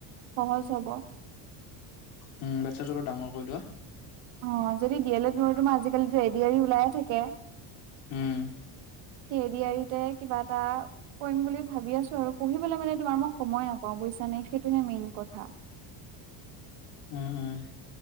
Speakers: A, on the right (about 75°); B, on the left (about 85°).
A: সহজ হব।
B: উম' বাতচ্ছাটো অলপ ডাঙৰ কৰি লোৱা।
A: অঁ যদি দি এল এড নোৱাৰো তোমাৰ আজিকালিতো এড আৰ ই ওলায়ে থাকে।
B: উম'
A: C A D R E তে কিবা এটা- কৰিম বুলি ভাবি আছো আৰু, পঢ়িবলে মানে তোমাৰ মই সময়ে নাপাওঁ বুইছা নে সেইটোহে মেইন কথা।
B: উম' উম'